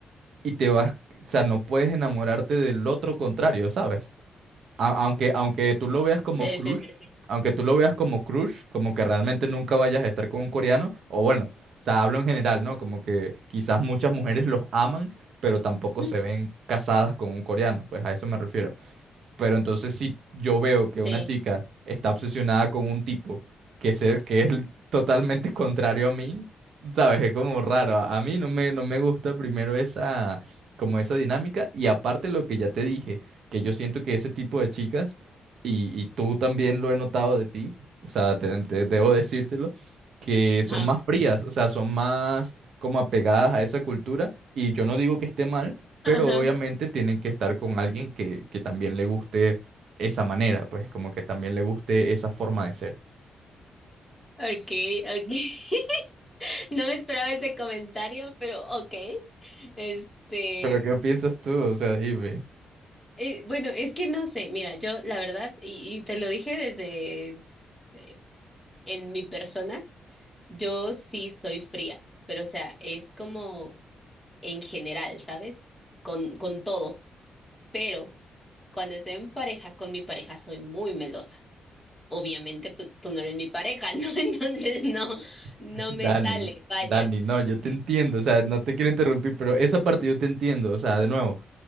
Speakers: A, on the right; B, in the centre.
A: y te vas, o sea, no puedes enamorarte del otro contrario, ¿sabes? A- aunque, aunque tú lo veas como
B: sí,
A: crush,
B: sí, sí, sí.
A: aunque tú lo veas como crush, como que realmente nunca vayas a estar con un coreano, o bueno, o sea, hablo en general, ¿no? Como que quizás muchas mujeres los aman, pero tampoco
B: Ujú.
A: se ven casadas con un coreano, pues a eso me refiero. Pero entonces si yo veo que una
B: Sí,
A: chica está obsesionada con un tipo que, se, que es totalmente <laughs> contrario a mí, ¿sabes? Es como raro. A, a mí no me, no me gusta primero esa, como esa dinámica. Y aparte lo que ya te dije, que yo siento que ese tipo de chicas, y, y tú también lo he notado de ti, o sea, te, te- debo decírtelo, que son
B: ajá,
A: más frías, o sea, son más como apegadas a esa cultura. Y yo no digo que esté mal pero
B: ajá.
A: obviamente tienen que estar con alguien que, que también le guste esa manera, pues como que también le guste esa forma de ser.
B: Okay, okay. <laughs> No me esperaba ese comentario, pero okay. Este,
A: Pero ¿qué piensas tú? O sea, dime,
B: eh, bueno, es que no sé, mira, yo la verdad, y, y te lo dije desde eh, en mi persona, Yo sí soy fría, pero o sea, es como en general, ¿sabes? Con, con todos. Pero cuando estoy en pareja con mi pareja soy muy melosa. Obviamente, pues tú no eres mi pareja, ¿no? <laughs> Entonces no,
A: <laughs>
B: no
A: Dani,
B: me sale, vaya.
A: Dani, no, yo te
B: Sí.
A: entiendo, o sea, no te quiero interrumpir, pero esa parte yo te entiendo, o sea, de nuevo.